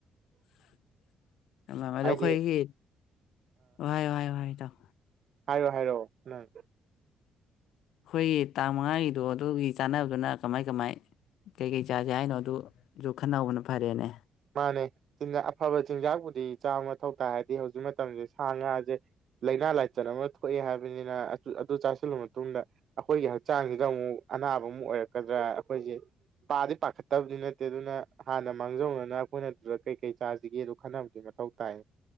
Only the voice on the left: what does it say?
<inaudible> ꯑꯗꯣ ꯑꯩꯈꯣꯏꯒꯤ
ꯍꯥꯏꯑꯣ ꯍꯥꯏꯑꯣ ꯏꯇꯥꯎ
ꯑꯩꯈꯣꯏꯒꯤ ꯇꯥꯡ ꯃꯉꯥꯒꯤꯗꯣ ꯑꯗꯨꯒꯤ ꯆꯥꯟꯅꯕꯗꯨꯅ ꯀꯃꯥꯏ ꯀꯃꯥꯏ ꯀꯩꯀꯩ ꯆꯥꯁꯦ ꯍꯥꯏꯅꯣ ꯑꯗꯨꯁꯨ ꯈꯟꯅꯍꯧꯕꯅ ꯐꯔꯦꯅꯦ